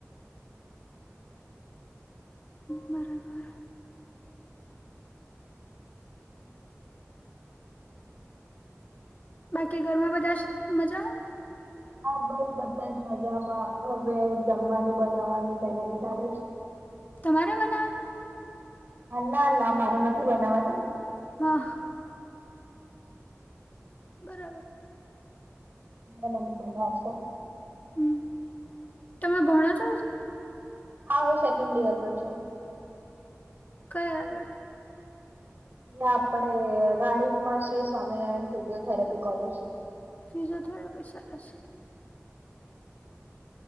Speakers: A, on the left; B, on the right.
A: બરાબર. બાકી ઘરમાં બધા મજામા?
B: હા બસ બધા જ મજામાં હવે જમવાનું બનાવવાની તૈયારી ચાલે છે.
A: તમારે બનાવવાની?
B: ના ના મારે નથી બનાવવાનું.
A: હા. બરાબર.
B: મારા મમ્મી બનાવ છે‌.
A: હમ, તમે ભણો છો હજી?
B: હા હું સેકન્ડ ઈયર માં છું.
A: કઈ આગળ?
B: આપણે રાણીપ માં શ્રી સ્વામિનારાયણ ફિઝિયોથેરાપી કોલેજ.
A: <unintelligible>